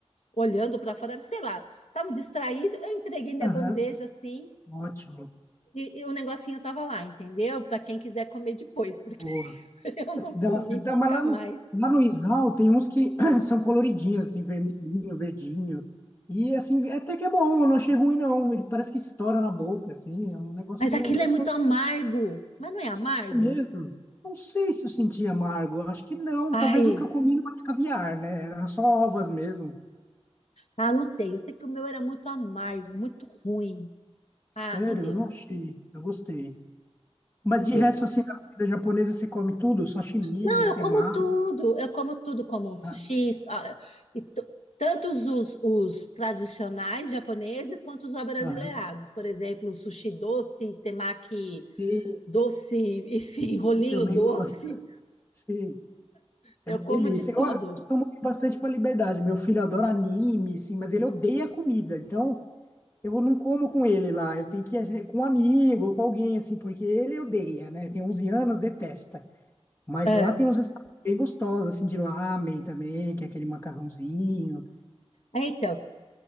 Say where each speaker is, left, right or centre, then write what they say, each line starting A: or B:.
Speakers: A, on the left; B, on the left.
A: olhando para fora, sei lá, estava distraído. Eu entreguei minha
B: Aham.
A: bandeja assim.
B: Ótimo.
A: E, e o negocinho tava lá, entendeu? Para quem quiser comer depois, porque
B: Boa.
A: <laughs> eu não
B: Dá
A: comi
B: bastante- dá-
A: nunca
B: Mas lá no,
A: mais.
B: lá no Isal tem uns que <clears throat> são coloridinhos, assim, vermelhinho, verdinho. E assim, é até que é bom, eu não achei ruim, não. Ele parece que estoura na boca, assim, é um negocinho
A: Mas aquilo
B: gostoso
A: é muito amargo. Mas não é amargo?
B: mesmo. Não sei se eu senti amargo, acho que não.
A: Ai,
B: Talvez o que eu comi não era caviar, né? Era só ovas mesmo.
A: ah, não sei. Eu sei que o meu era muito amargo, muito ruim.
B: Sério,
A: Ah, não deu,
B: eu não achei. Eu gostei. Mas
A: não
B: de
A: deu.
B: resto, assim, na comida japonesa você come tudo, sashimi,
A: Não, eu
B: temaki,
A: como tudo, eu como tudo, como sushi,
B: né?
A: ah, e to- tantos os, os tradicionais japoneses quanto os brasileirados.
B: Aham.
A: Por exemplo, sushi doce, temaki
B: Sim,
A: doce, enfim, <laughs> rolinho
B: eu também
A: doce.
B: gosto. Sim,
A: Eu
B: é uma
A: como
B: delícia.
A: de tudo.
B: Eu, eu tomo bastante com a liberdade. Meu filho adora anime, sim, mas ele odeia comida. Então, eu não como com ele lá. Eu tenho que ir com um amigo ou com alguém, assim, porque ele odeia, né? Tem 11 anos, detesta. Mas
A: Ah,
B: lá tem uns restaurantes bem gostosos, assim, de lamen também, que é aquele macarrãozinho.
A: é, então,